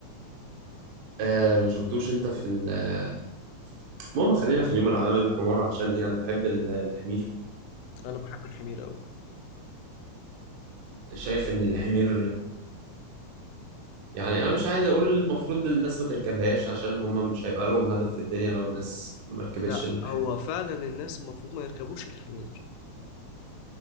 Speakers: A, on the right (about 70°); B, on the left (about 80°).
A: آه ما شفتوش انت في ال- آه، المهم خلينا في اليوم العالمي للحمار عشان ايه انا بحب ال- الحمير
B: انا بحب الحمير قوي
A: وشايف ان الحمير يعني انا مش عايز اقول المفروض للناس ما تركبهاش عشان هم مش هيبقى لهم هدف في الدنيا لو الناس ما ركبتش
B: لا
A: الحمار
B: هو فعلا الناس المفروض ما يركبوش الحمير